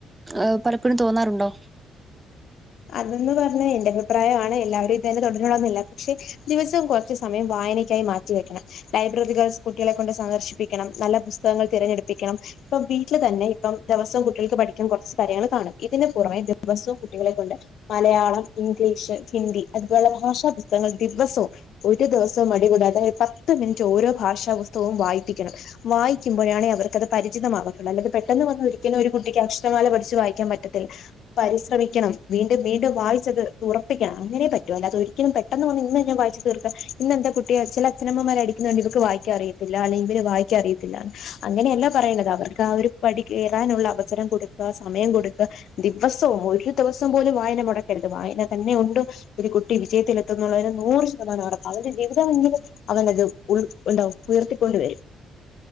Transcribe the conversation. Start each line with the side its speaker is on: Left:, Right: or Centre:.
Right: എ പലപ്പോഴും തോന്നാറുണ്ടോ?
Left: അതന്നെ പറഞ്ഞെ ന്റെ അഭിപ്രായാണ് എല്ലാവരും ഇതന്നെ തുടരണന്നില്ല പക്ഷെ ദിവസവും കോർച്ച് കോർച്ച് സമയം വായനയ്ക്കായി മാറ്റി വെക്കണം ലൈബ്രറികൾ കുട്ടികളെ കൊണ്ട് സന്ദർശിപ്പിക്കണം നല്ല പുസ്തകങ്ങൾ തിരഞ്ഞെടുപ്പിക്കണം ഇപ്പം വീട്ടിൽ തന്നെ ഇപ്പം ദെവസും കുട്ടികൾക്ക് പഠിക്കാൻ കുറച്ച് കാര്യങ്ങൾ കാണ ഇതിന് പുറമേ ദിവസും കുട്ടികളെക്ക കൊണ്ട് മലയാളം, ഇംഗ്ലീഷ്, ഹിന്ദി അതുപോലെ ഭാഷാ പുസ്തകങ്ങൾ ദിവസവും. ഒരു ദിവസം മടികൂടാതെ പത്ത് മിൻറ്റ് ഓരോ ഭാഷാ പുസ്തകവും വായിപ്പിക്കണം. വായിക്കുമ്പോഴാണെ അവർക്കത് പരിചിതമാവത്തൊള്ളൂ അല്ലെത് പെട്ടെന്ന് വന്നു ഒരിക്കലും ഒരു കുട്ടിക്ക് അക്ഷരമാല പഠിച്ച് വായിക്കാൻ പറ്റത്തില്ല. പരിസ്രമിക്കണം വീണ്ടും വീണ്ടും വായിച്ചത് തുറപ്പിക്കണം അങ്ങനെ പറ്റൂ അല്ലാതൊരിക്കലും പെട്ടെന്ന് വന്ന് ഇന്നെ വായിച്ച് തീർക്ക ഇന്നെന്താ കുട്ടിയെ ചെല അച്ഛനമ്മമാര് അടിക്കുന്നണ്ട് ഇവക്ക് വായിക്കാ ന റിയത്തില്ല ഇവന് വായിക്കാന റിയത്തില്ലാന്ന്. അങ്ങനെയല്ല പറയേണ്ടത് അവർക്ക് ആ ഒരു പടി കയറാനുള്ള അവസരം കൊടുക്ക സമയം കൊടുക്ക. ദിവസവും ഒരു ദിവസം പോലും വായന മുടക്കരുത് വായന തന്നെ ഉണ്ട് ഒരു കുട്ടി വിജയത്തിലത്തുന്ന കാര്യം നൂറ് ശതമാനം ഉറപ്പ അവര്ടെ ജീവിതമെങ്കിലും അവനത് ഉൾ ഉണ്ടോ ഉയർത്തിക്കൊണ്ട് വരും.